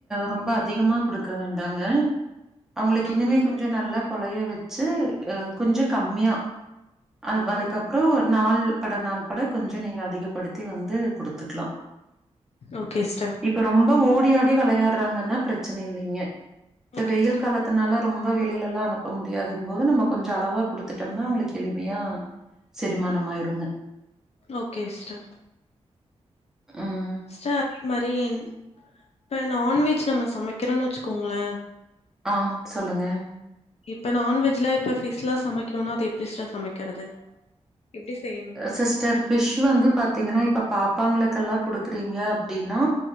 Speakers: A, in the centre; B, on the left.
A: ரொம்ப அதிகமா குடுக்க வேண்டாங்க அவங்ளுக்கு
B: ஓகே
A: இன்னுமே
B: சிஸ்டர்
A: கொஞ்ச நல்லா கொலயாவச்சு அ கொஞ்ச கம்மியா அது அதுக்கப்பறோ
B: ம்
A: நாள் பட நாள் பட கொஞ்ச நீங்க அதிகப்படுத்தி வந்து குடுத்துக்கலா
B: ஓகே சிஸ்டர்
A: இப்ப ரொம்ப ஓடி ஆடி விளையாடுறாங்கனா பிரச்சன இல்லீங்க இப்போ
B: ஓகே
A: வெயில்
B: சிஸ்டர்
A: காலத் அதனால ரொம்ப வெளில எல்லா அனுப்ப முடியாதுங்கும்போது நம்ம கொஞ்சோ அளவா குடுத்துட்டம்னா அவங்களுக்கு எளிமையா செரிமானம் ஆயிருங்க
B: ஓகே சிஸ்டர்
A: ம்.
B: சிஸ்டர் மாறின் இப்போ நான்வெஜ் நம்ம சமைக்றோன்னு வச்சுக்கோங்ளே
A: ஆ சொல்லுங்க
B: இப்ப நான் வெஜ்லா இப்ப ஃபிஷ்லா சமைக்கணும்னா அது எப்டி சிஸ்டர் சமைக்கிறது எப்டி செய்யணு
A: சிஸ்டர் ஃபிஷ் வந்து பாத்தீங்கன்னா இப்ப பாப்பாங்களுக்கெல்லா குடுக்குறீங்க அப்டின்னா